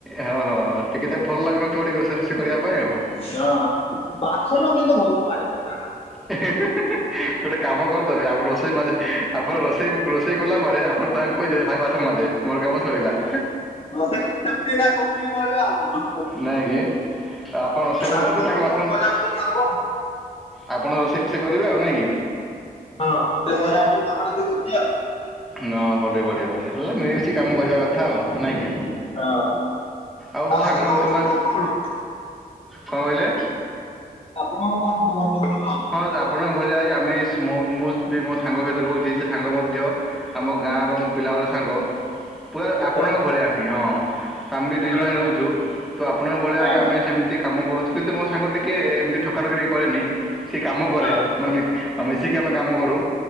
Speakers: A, in the centre; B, on the left (about 35°).
A: ହଁ ହଁ ଟିକେ ତାକୁ ଭଲ୍ ଲାଗୁନଥିବ ଟିକେ ରୋଷେଇ ଫୋସେଇ କରିବା ପାଇଁ ଆଉ।
B: ହଁ। ବାସନ କିନ୍ତୁ ଭଲ ମାଜେ ମୋ ସାଙ୍ଗଟା।
A: <unintelligible> ଗୋଟେ କାମ କରିଦେବେ ଆପଣ ରୋଷେଇ ମା ଆପଣ ରୋଷେଇ ରୋଷେଇ କଲା ପରେ ଆପଣ ତାଙ୍କୁ କହିଦେବେ ଭାଇ ବାସନ ମାଜେ ମୋର କାମ ସରିଲା।
B: ହ ସେ ସେମିତିକା କରୁଛି ତ ଏବେ ଆଉ କଣ।
A: ନାଇଁ କି ଆପଣ ରୋଷେଇ
B: ତାର
A: କରୁଛନ୍ତି
B: କାମ
A: ତାଙ୍କେ ବାଥରୁମ୍
B: ସବୁ ମଜା ମଜି କରବ।
A: ଆପଣ ରୋଷେଇ ଫୋଷେଇ କରିବେ ଆଉ ନାଇଁ କି
B: ହଁ ସେ ମଜା ମଜି କାମ ଟା କରୁଛି ଆଉ।
A: ହଁ ଭଲ ବି ବଢିଆ ବଢିଆ ହେଲା ମିଳିମିଶି କାମ କରିବା କଥା ଆଉ। ଆଜ୍ଞା
B: ହଁ
A: ଆଉ ସାଙ୍ଗ
B: ଆପଣଙ୍କର
A: ମାନ ତମେ
B: ଖବର କଣ?
A: କଣ କହିଲେ?
B: ଆପଣଙ୍କ କଣ ଖବର ସବୁ ଭଲ?
A: ହଁ ଆପଣଙ୍କ ଭଳିଆ ଆମେ ମୁଁ ବି ମୋ ସାଙ୍ଗ ସହିତ ରହୁଛି ସେ ସାଙ୍ଗ ମଧ୍ୟ ଆମ ଗାଁର ମୋ ପିଲାବେଳ ସାଙ୍ଗ ପୁରା
B: ଆଚ୍ଛା
A: ଆପଣଙ୍କ ଭଳିଆ ହିଁ ହଁ। ଆମେ ବି ଦୁଇ
B: ହଁ
A: ଜଣ ହିଁ
B: ହଁ
A: ରହୁଛୁ ତ ଆପଣଙ୍କ ଭଳିଆ
B: ହଁ
A: ଆମେ
B: ହଁ
A: ସେମିତି କାମ କରୁଛୁ। କିନ୍ତୁ ମୋ ସାଙ୍ଗ ଟିକିଏ ଏମତି ଠକାଠକି ଟିକେ କରେନି, ସେ କାମ କରେ।
B: ହଁ
A: ମାନେ ମିଶିକି ଆମେ କାମ କରୁ